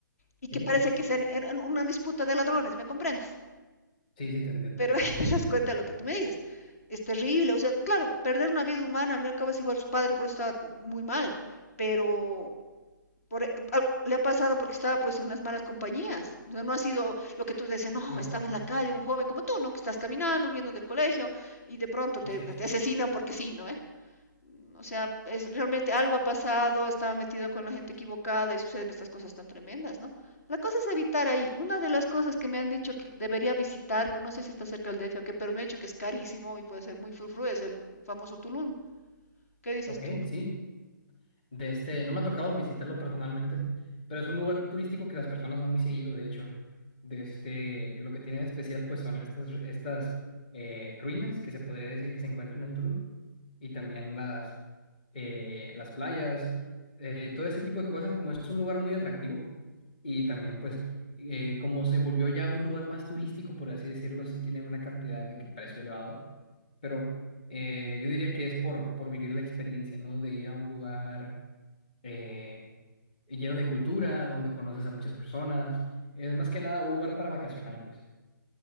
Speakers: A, on the left; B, on the left.
A: y que
B: Sí,
A: parece que sean eran una disputa de ladrones, ¿me comprendes?
B: sí, sí, te entiendo.
A: Pero ahí te das cuenta de lo que tú me dices. Es terrible, o sea, claro, perder una vida humana, al fin y al cabo es igual su padre, por eso estaba muy mal, pero por, e, al- le ha pasado porque estaba pues en las malas compañías. O sea, no ha sido lo que tú decías, no,
B: No,
A: estaba en la calle un joven como tú, ¿no? Que estás caminando, huyendo del colegio y de pronto te,
B: así
A: te
B: es.
A: asesinan porque sí, ¿no? eh? O sea, es realmente algo ha pasado, estaba metido con la gente equivocada y suceden estas cosas tan tremendas, ¿no? La cosa es evitar ahí. Una de las cosas que me han dicho que debería visitar, no sé si está cerca del DF o qué, pero me han dicho que es carísimo y puede ser muy frufru, es el famoso Tulum. ¿Qué dices
B: Ok,
A: tú?
B: sí. de este, no me ha tocado visitarlo personalmente, pero es un lugar turístico que las personas van muy seguido, de hecho. De este, lo que tiene de especial, pues son estas, estas eh, ruinas que se podría decir que se encuentran en Tulum y también las, eh, las playas, eh, todo ese tipo de cosas, como es un lugar muy atractivo y también pues eh, como se volvió ya un lugar más turístico, por así decirlo, sí tiene una cantidad de que precio elevado, pero eh, yo diría que es por, por vivir la experiencia, ¿no? De ir a un lugar eh, lleno de cultura, donde conoces a muchas personas. Es más que nada un lugar para vacacionar, pues.